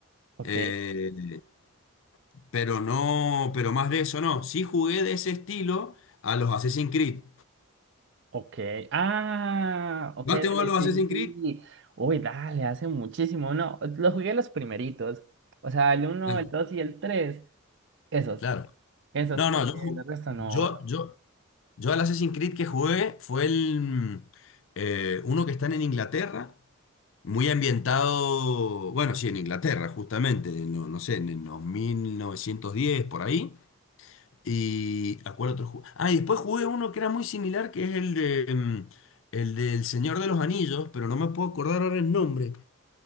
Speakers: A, on the right; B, on the left.
A: ok,
B: Eh, pero no, pero más de eso no. Sí jugué de ese estilo a los Assassin's Creed.
A: ok. Ah, ok,
B: ¿Vas te
A: dale,
B: vos a los
A: sí,
B: Assassin's
A: sí, sí.
B: Creed?
A: Uy, dale, hace muchísimo, no, los jugué los primeritos, o sea, el uno
B: Claro.
A: el 2 y el tres esos,
B: claro.
A: esos,
B: No,
A: porque
B: no, yo, ju-
A: el resto
B: yo,
A: no.
B: yo, yo al Assassin's Creed que jugué fue el mm, eh, uno que están en Inglaterra, muy ambientado, bueno, sí, en Inglaterra, justamente, no, no sé, en los 1910, por ahí. ¿Y a cuál otro jugué? Ah, y después jugué uno que era muy similar, que es el de, mm, el del Señor de los Anillos, pero no me puedo acordar ahora el nombre.